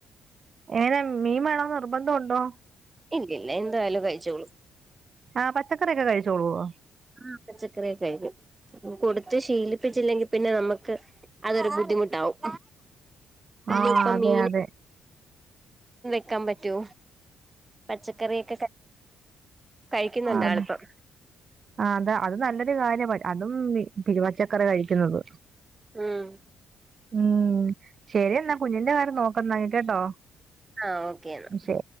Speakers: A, on the right; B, on the right.
A: ഏനെ മീൻ വേണോന്ന് നിർബന്ധംുണ്ടോ
B: ഇല്ല ഇല്ല എന്തായാലും കഴിച്ചോളൂ
A: ആ പച്ചക്കറിയൊക്കെ കഴിച്ചോളുവ
B: ആ പച്ചക്കറിയൊക്കെ കഴിക്കും കൊടുത്ത് ശീലിപ്പിച്ചില്ലെങ്കി പിന്നെ നമ്മുക്ക് അതൊരു ബുദ്ധിമുട്ടാവും പിന്നെ
A: ആ
B: ഇപ്പം
A: അതെ
B: മീൻ
A: അതെ
B: വെക്കാൻ പറ്റോ പച്ചക്കറിയൊക്കെ കഴിക്കുന്നുണ്ട്
A: ആ അതെ
B: ആളിപ്പം
A: ആ അതാ അത് നല്ലൊരു കാര്യ പിരുവച്ച കറി കഴിക്കുന്നത്
B: മമ്
A: ഉം ശരി എന്നാ കുഞ്ഞിന്റെ കാര്യം നോക്കന്നാങ്കി കേട്ടോ
B: ആ ഓക്കേ എന്നാ
A: ശരി